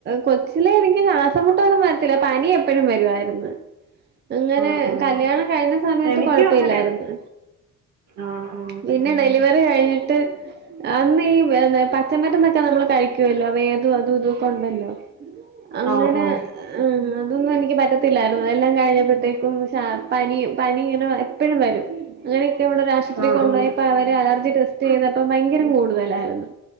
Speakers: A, on the right (about 35°); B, on the right (about 70°).
A: കൊച്ചിലെ എനിക്ക് ശോസംമുട്ടൊന്നും വരത്തിലായിരുന്നു പനി എപ്പഴും വരുവായിരുന്നു അങ്ങനെ
B: ആഹ് ആഹ്
A: കല്യാണം കഴിഞ്ഞ സമയത്ത്
B: എനിക്കും
A: കൊഴപ്പല്ലായിരുന്നു
B: അങ്ങനെ ആഹ്
A: പിന്നെ ഡെലിവറി കഴിഞ്ഞിട്ട് അന്ന് ഈ പച്ചമറ്റ നമ്മള് കഴിക്കുവല്ലോ വേദം അതും ഇതുംക്കെണ്ടല്ലോ അങ്ങനെ
B: ആഹ് ആഹ് ആഹ്
A: അതൊന്നും എനിക്ക് പറ്റത്തില്ലായിരുന്നു എല്ലാം കഴിഞ്ഞപ്പോഴത്തേക്കും പനി പനി ഇങ്ങനെ എപ്പോഴും വരും അങ്ങനെയക്കെയള്ള ഒരു ആശുപത്രി
B: ആഹ് ആഹ്
A: കൊണ്ട് പോയപ്പോ അവ അലർജി ടെസ്റ്റ് ചെയ്തപ്പോ ഭയങ്ക അലർജി കൂടുതലായിരുന്നു